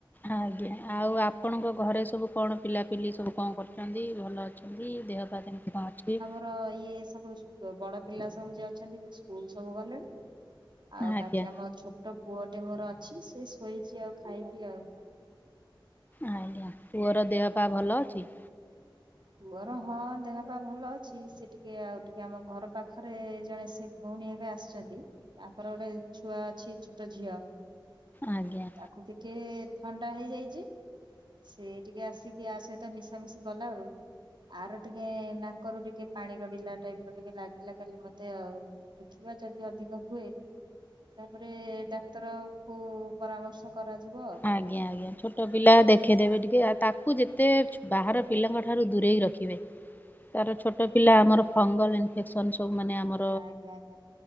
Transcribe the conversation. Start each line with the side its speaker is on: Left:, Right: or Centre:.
Left: ଆଜ୍ଞା ଆଉ ଆପଣଙ୍କ ଘରେ ସବୁ କଣ ପିଲାପିଲି ସବୁ କଣ କରୁଛନ୍ତି ଭଲ ଅ ଛନ୍ତି ଦେହପା କେମିତି କଣ ଅଛି।
Right: ତ ଇଏ ସବୁ ବଡ ପିଲା ସବୁ ଯିଏ ଅଛନ୍ତି ସେ ସ୍କୁଲ ସବୁ ଗଲେଣି। ଆଉ
Left: ଆଜ୍ଞା
Right: ବାକି ଆମ ଛୋଟ ପୁଅଟେ ମୋର ଅଛି ସେ ଶୋଇଛି ଆଉ ଖାଇପି ଆଉ।
Left: ଆଜ୍ଞା ପୁଅର ଦେହ ପା ଭଲ ଅଛି।
Right: ପୁଅର ହଁ ଦେହପା ଭଲ ଅଛି ସେ ଟିକେ ଆଉ ଟିକେ ଆମ ଘର ପାଖରେ ଜଣେ ସେ ଭଉଣୀ ଏବେ ଆସିଛନ୍ତି ତାଙ୍କର ଗୋଟେ ଛୁଆ ଅଛି ଛୋଟ ଝିଅ।
Left: ଆଜ୍ଞା।
Right: ତାକୁ ଟିକେ ଥଣ୍ଡା ହେଇଯାଇଛି। ସେ ଟିକେ ଆସିକି ଆ ସହିତ ମିଶାମିଶି କଲାଳୁ ଆର ଟିକେ ନାକରୁ ଟିକେ ପାଣି ଗଡିଲା ଟାଇପ ର ଟିକେ ଲାଗିଲା କାଲି ମତେ ଆଉ। ଦେଖିବା ଯଦି ଅଧିକ ହୁଏ ତାପରେ ଡାକ୍ତର କୁ ପରାମର୍ଶ କରାଯିବ। ଆଉ।
Left: ଆଜ୍ଞା ଆଜ୍ଞା ଛୋଟ ପିଲା ଦେଖେଇଦେବେ ଟିକେ ଆ ତାକୁ ଯେତେ ବାହାର ପିଲାଙ୍କ ଠାରୁ ଦୂରେଇ ରଖିବେ। ତାର ଛୋଟ ପିଲା ଆମର ଫଙ୍ଗଲ ଇନଫେକ୍ସନ ସବୁ ମାନେ ଆମର
Right: ଆଜ୍ଞା ଆଜ୍ଞା